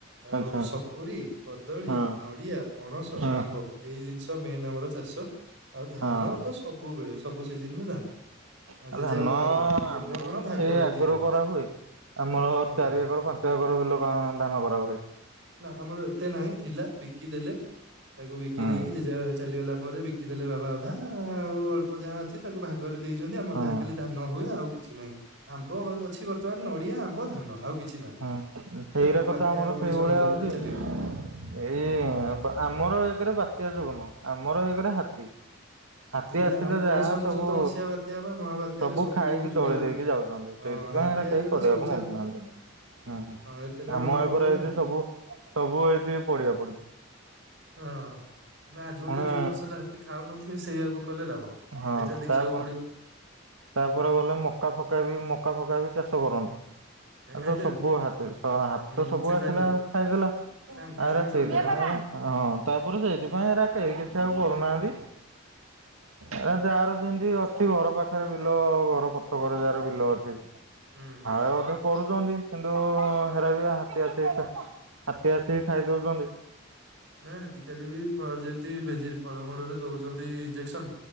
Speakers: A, on the right (about 60°); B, on the right (about 90°).
A: ଆଉ,
B: ଆଚ୍ଛା
A: ସପୁରୀ, କଦଳୀ,
B: ହଁ
A: ନଡ଼ିଆ, ପଣସ,
B: ହଁ
A: ଆମ୍ବ। ଏଇ ଜିନିଷ ମେନ୍ ଆମର ଚାଷ ଆଉ ଧାନତ
B: ହଁ
A: ସବୁବେଳେ ସବୁ ସିଜନିରେ ଧାନ।
B: ଆଉ
A: ଜେଜେବାପା
B: ଧାନ
A: କରନ୍ତି
B: ଆମରବି
A: ଏବେ କଣ ଭାଗରେ
B: ସେଇ ଆଗରୁ
A: ଦିଆ ହେଇଛି
B: କରାହୁଏ ଆମର,
A: ହଁ
B: ଚାରି, ଏକର, ପାଞ୍ଚ, ଏକର ବିଲ ଧାନ କରା ହୁଏ।
A: ନା ଆମର ଏତେ ନାହିଁ ଥିଲା ବିକି ଦେଲେ ତାକୁ ବିକି
B: ହୁଁ
A: ଦେଇକି ଜେଜେବାପା ଚାଲିଗଲା ପରେ ବିକି କିଦେଲେ ବାବା ଅଧା ଆଉ ଅଳ୍ପ ଯାହା ଅଛି ତାକୁ ଭାଗରେ ଦେଇଚନ୍ତି ଆମର
B: ହଁ।
A: ଯାହା ଖାଲି ଧାନ ନ ହୁଏ ଆଉ କିଛି ନାହିଁ ଆମ୍ବ ଅଛି ବର୍ତ୍ତମାନ, ନଡ଼ିଆ, ଆମ୍ବ, ଧାନ, ଆଉ କିଛି ନାହିଁ।
B: ହଁ ସେଇରାକତ
A: ସବୁ ବାତ୍ୟା
B: ଆମର
A: ଉଣେଇଶହ
B: ସେଇଭଳିଆ
A: ଅନେଶତରେ
B: ହଉଚି
A: ଚାଲିଗଲା
B: ଏଇ ଆମର ଏଇକରେ ବାତ୍ୟା ଯଗୁନୁ ଆମର ଏକେରେ ହାତୀ। ହାତୀ
A: ନାଇଁ
B: ଆସିଲେ
A: ଆମ
B: ଯାହା
A: ଉଣେଇଶହ ଅନେଶତ
B: ସବୁ
A: ମସିହା ବାତ୍ୟା ବା ମହାବାତ୍ୟାରେ
B: ସବୁ ଖାଇକି
A: ଯୁଡି
B: ଦୋଳି
A: ଦେଲା
B: ଦେଇକି ଯାଉଚନ୍ତି।
A: ହଁ
B: ସେଇଥିପାଇଁ
A: ହାତୀ
B: ହେରା
A: ଆଇଲେ
B: କେହି
A: ତ
B: କରିବାକୁ
A: ସବୁ ସାରିଦେବେ
B: ମାଗୁନାହାନ୍ତି।
A: ଆଉ
B: ହୁଁ
A: ହଁ ଏତେଟା
B: ଆମ
A: ମନେ ହବନି
B: ଏକରେ ଏଠି
A: ଆଉ
B: ସବୁ ସବୁ ଏଇଠି ପଡ଼ିଆ ପଡିଚି।
A: ଓହୋ ନାଆଜି ଗୋଟେ
B: ପୁଣି
A: ଯୋଉ ଫସଲ ତି ଖାଉନଥିବେ ସେଇଆକୁ କଲେ ଲାଭ ସେଇଟା
B: ହଁ
A: ଦେଖିବାକୁ
B: ତାପ
A: ପଡ଼ିବ।
B: ତାପରେ ଗଲେ ମକା ଫକାବି ମକା ଫକାବି ଚାଷ କରନ୍ତି।
A: ଏ
B: ଆଉତ
A: ଖାଇଦେବେ
B: ସବୁ ହାତୀ ହାତୀତ
A: ହୁଁ
B: ସବୁ
A: ସେ
B: ଆସିଲା
A: ଖାଇଦେବେ
B: ଖାଇଦେଲା
A: ସାଙ୍ଗେ
B: ଆଉଏରା
A: ସାଙ୍ଗେ
B: ସେଇଥିପାଇଁ
A: ସବୁ ଖାଇଦେବେ।
B: ଏରା ହଁ ତାପରେ ସେଇଥିପାଇଁ ଏରାକେଇ କିଛି ଆଉ କରୁନାହାନ୍ତି। ଏରାଯାଆର ଯେମିତି ଅଛି ଘର ପା ବିଲ ଘର ପଛକରେ ଯାହାର ବିଲ ଅଛି।
A: ହୁଁ ହୁଁ
B: ଫାଳେ
A: ହୁଁ
B: ଅଧେ କରୁଚନ୍ତି। କିନ୍ତୁ ହେରା ବି ହାତୀ ଆସି ହାତୀ ଆସି ଖାଇ ଦଉଛନ୍ତି।
A: ନା ଆଜିକାଲି ବି ଯେମତି ଭେଜି ଫଳମୂଳରେ ଦଉଚନ୍ତି ଇଞ୍ଜେକ୍ସନ